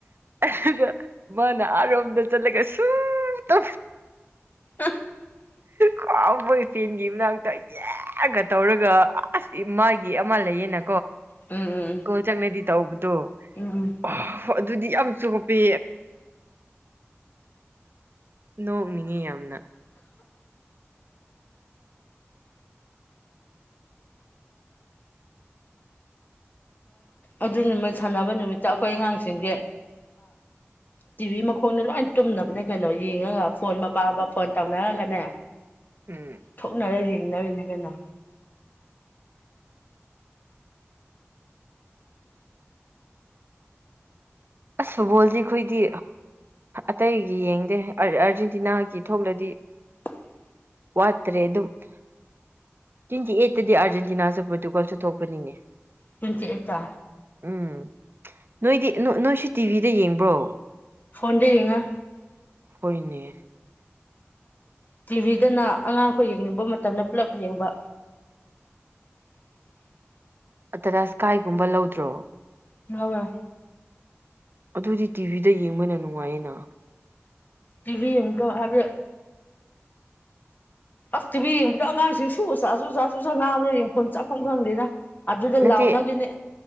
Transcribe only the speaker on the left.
<unintelligible>
ꯎꯝ ꯎꯝ
ꯎꯝ ꯎꯝ
ꯑꯗꯨ ꯅꯨꯃꯤ ꯁꯥꯟꯅꯕ ꯅꯨꯃꯤꯠꯇ ꯑꯩꯈꯣꯏ ꯑꯉꯥꯡꯁꯤꯡꯗꯤ ꯇꯤꯚꯤ ꯃꯈꯣꯡꯗ ꯂꯣꯏ ꯇꯨꯝꯅꯕꯅꯦ ꯀꯩꯅꯣ ꯌꯦꯡꯉꯒ ꯐꯣꯟ ꯃꯄꯥꯕ ꯐꯣꯟ ꯇꯧꯅꯔꯒꯅꯦ
ꯊꯣꯛꯅꯔ ꯌꯦꯡꯅꯔꯤꯅꯤ ꯀꯩꯅꯣ
<unintelligible>
ꯄꯨꯨꯆꯩ ꯍꯠꯇ
ꯐꯣꯟꯗ ꯌꯦꯡꯉꯣ
ꯇꯤꯚꯤꯗꯅ ꯑꯉꯥꯡꯈꯣꯏ ꯌꯦꯡꯅꯤꯡꯕ ꯃꯇꯝꯗ ꯄꯨꯂꯞ ꯌꯦꯡꯕ <unintelligible>
ꯂꯧꯋꯥ
ꯇꯤꯚꯤ ꯌꯦꯡꯕꯗꯣ ꯍꯥꯏꯕꯗꯤ ꯑꯁ ꯇꯤꯚꯤ ꯌꯦꯡꯕꯗ ꯑꯉꯥꯡꯁꯤꯡ ꯁꯨ ꯆꯥꯁꯨ ꯆꯥ ꯆꯁꯨ ꯆꯥ ꯉꯥꯡꯕꯗ ꯌꯦꯡꯐꯝ ꯆꯥꯐꯝ ꯈꯪꯗꯦꯅ ꯑꯗꯨꯗ
ꯂꯥꯎꯅꯒꯤꯅꯦ